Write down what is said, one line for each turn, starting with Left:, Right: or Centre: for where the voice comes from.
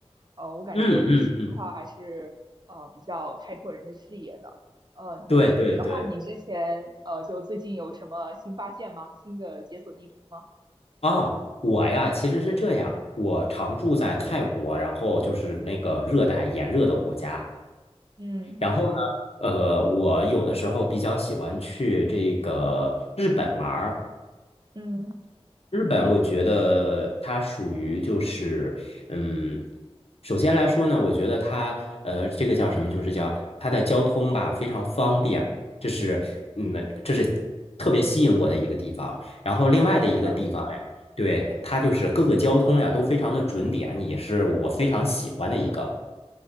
Right: 呃，我感觉旅行的话还是呃比较开拓人的视野的。
Left: 嗯嗯嗯，
Right: 呃，
Left: 对对对。
Right: 你你的话，你之前呃就最近有什么新发现吗？新的解锁地图吗？
Left: 啊，我呀，其实是这样，我常住在泰国，然后就是那个热带炎热的国家。
Right: 嗯
Left: 然后呢，呃，我有的时候比较喜欢去这个日本玩儿。
Right: 嗯，
Left: 日本，我觉得它属于就是，嗯，首先来说呢，我觉得它，呃，这个叫什么？就是叫它的交通吧，非常方便，这是，嗯，这是特别吸引我的一个地方。然后另外的一个地方呀，
Right: 是的。
Left: 对，它就是各个交通呀都非常的准点，也是我非常喜欢的一个。